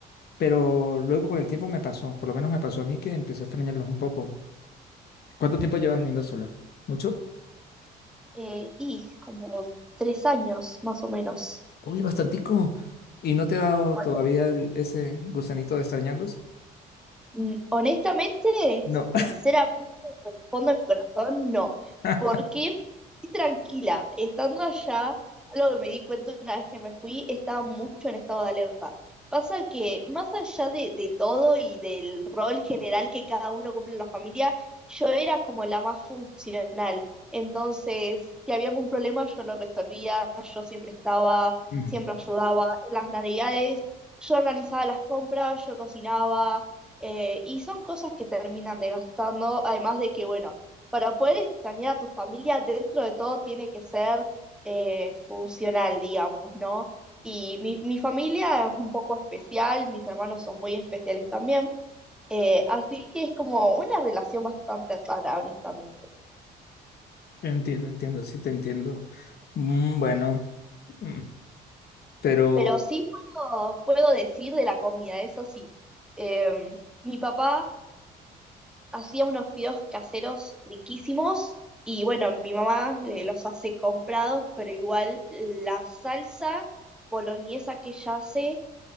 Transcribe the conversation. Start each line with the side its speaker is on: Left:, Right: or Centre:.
Left: Pero luego con el tiempo me pasó, por lo menos me pasó a mí que empecé a extrañarlos un poco. ¿Cuánto tiempo llevas viviendo sola? ¿Mucho?
Centre: Eh, y como tres años más o menos.
Left: Uy, bastantico. ¿Y no te ha dado
Centre: Bueno,
Left: todavía el- ese gusanito de extrañarlos?
Centre: Mm, Honestamente,
Left: No.
Centre: sinceramente, por el fondo de mi corazón, no.
Left: <laughs>
Centre: Porque estoy tranquila. Estando allá, algo que me di cuenta una vez que me fui, estaba mucho en estado de alerta. Pasa que, más allá de, de todo y del rol general que cada uno cumple en la familia, yo era como la más funcional. Entonces, si había algún problema, yo lo resolvía, yo siempre estaba,
Left: Mm,
Centre: siempre ayudaba. En las navidades, yo organizaba las compras, yo cocinaba. Eh, y son cosas que terminan desgastando, además de que, bueno, para poder extrañar a tu familia, dentro de todo tiene que ser eh, funcional, digamos, ¿no? Y mi, mi familia es un poco especial, mis hermanos son muy especiales también, eh, así que es como una relación bastante rara, honestamente.
Left: Entiendo, entiendo, sí te entiendo. Mm, bueno, mm, pero
Centre: Pero sí puedo, puedo decir de la comida, eso sí. Em, mi papá hacía unos fideos caseros riquísimos y bueno, mi mamá eh, los hace comprados, pero igual la salsa boloñesa que ella hace